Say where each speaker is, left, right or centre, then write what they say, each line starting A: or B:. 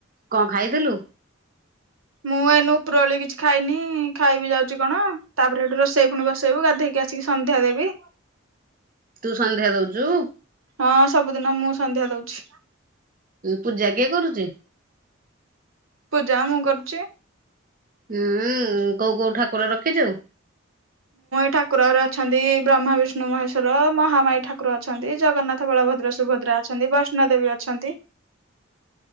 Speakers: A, on the right; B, on the right.
A: କଣ ଖାଇଥିଲୁ?
B: ମୁଁ ଏଇନୁ ଉପରଳି କିଛି ଖାଇନି ଖାଇବି ଯାଉଛି କଣ ତାପରେ ସେଠୁ ରୋଷେଇ ପୁଣି ବସେଇବୁ ଗାଧେଇକି ଆସିକି ସନ୍ଧ୍ୟା ଦେବି।
A: ତୁ ସନ୍ଧ୍ୟା ଦଉଛୁ?
B: ହଁ ସବୁଦିନ ମୁଁ ସନ୍ଧ୍ୟା ଦଉଛି।
A: ପୂଜା କିଏ କରୁଛି?
B: ପୂଜା ମୁଁ କରୁଛି।
A: ହୁଁ କୋଉ କୋଉ ଠାକୁର ରଖିଛୁ?
B: ଠାକୁରର ଅଛନ୍ତି ବ୍ରହ୍ମ ବିଷ୍ଣୁ ମହେଶ୍ୱର ମହାମାଇ ଠାକୁର ଅଛନ୍ତି ଜଗନ୍ନାଥ ବଳଭଦ୍ର ସୁଭଦ୍ର ମୁଦ୍ରା ଅଛନ୍ତି ବୈଷ୍ଣ ଦେେବୀ ଅଛନ୍ତି।
A: <unintelligible>